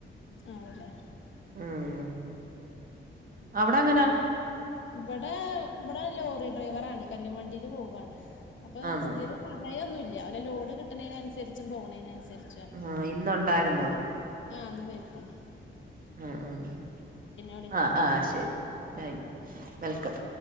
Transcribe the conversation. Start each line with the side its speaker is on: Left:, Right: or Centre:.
Left: ആണല്ലേ
Right: ഉം അവിടെ എങ്ങനാ
Left: ഇവിടെ ഇവിടെ ലോറി ഡ്രൈവറാണ് കല്ല് വണ്ടീല് പോവാണ് അപ്പൊ
Right: ആന്നോ
Left: സ്ഥിരം സമയയൊന്നൂല്ല ഓലെ ലോഡ് കിട്ടണേനനുസരിച്ചും പോവണേനനുസരിച്ചുമാണ്.
Right: ആഹ്. ഇന്നുണ്ടായിരുന്നോ?
Left: ആഹ് ഇന്ന് പൊയ്ക്കണു.
Right: ആഹ് ആഹ്.
Left: വിളിക്കാം
Right: ആഹ് ആഹ് ശരി. Thank welcome.